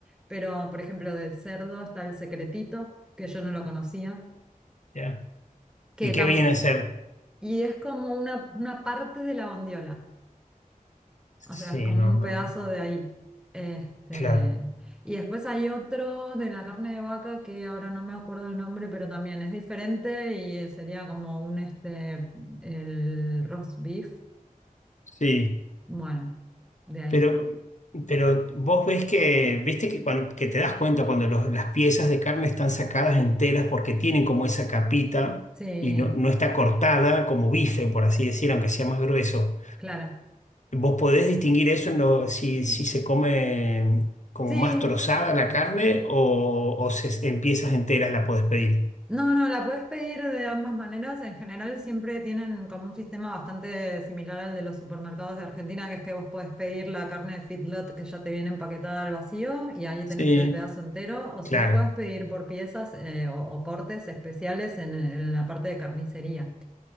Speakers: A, in the centre; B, on the left (about 55°).
A: Pero, por ejemplo, de cerdo está el secretito, que yo no lo conocía
B: ¿ya?
A: que
B: ¿Y qué
A: tampoco.
B: vienen a ser?
A: Y es como una, una parte de la bondiola,
B: Sí,
A: o sea, es como
B: no,
A: un
B: no,
A: pedazo de ahí. Este,
B: claro.
A: y después hay otro de la carne de vaca que ahora no me acuerdo el nombre, pero también es diferente y sería como un este, el roast beef.
B: Sí.
A: Bueno, de ahí.
B: Pero, pero vos ves que, viste que, cuan- que te das cuenta cuando los- las piezas de carne están sacadas enteras porque tienen como esa capita
A: Sí,
B: y no, no está cortada como bife, por así decir, aunque sea más grueso.
A: claro.
B: ¿Vos podés distinguir eso en lo, si, si se come como
A: Sí,
B: más trozada la carne o, o se, en piezas enteras la podés pedir?
A: No, no, la puedes pedir de ambas maneras. En general siempre tienen como un sistema bastante similar al de los supermercados de Argentina, que es que vos podés pedir la carne de feedlot que ya te viene empaquetada al vacío y ahí tenés
B: Sí,
A: el pedazo entero. O si
B: claro,
A: no, podés pedir por piezas eh, o, o cortes especiales en, en la parte de carnicería.